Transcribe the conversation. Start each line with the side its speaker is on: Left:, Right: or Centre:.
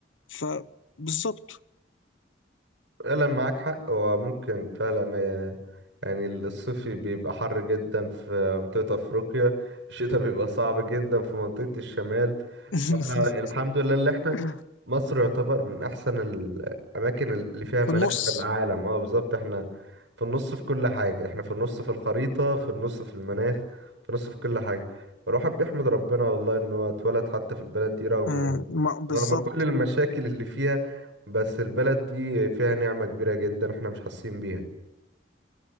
Left: فبالظبط
Right: فعلا معاك حق هو ممكن فعلا آه، يعني الصيف بيبقى حر جدا في منطقة أفريقيا الشتاء بيبقى صعب جدا في منطقة الشمال
Left: <laughs>
Right: فاحنا الحمد لله اللي احنا
Left: <applause>
Right: مصر يعتبر من أحسن الأماكن اللي فيها مناخ
Left: في النص
Right: في العالم اه بالظبط احنا في النص في كل حاجة احنا في النص في الخريطة في النص في المناخ في النص في كل حاجة فالواحد بيحمد ربنا والله إن هو اتولد حتى في البلد دي رغم
Left: آه، ما- بالظبط
Right: رغم كل المشاكل اللي فيها بس البلد دي فيها نعمة كبيرة جدا احنا مش حاسين بيها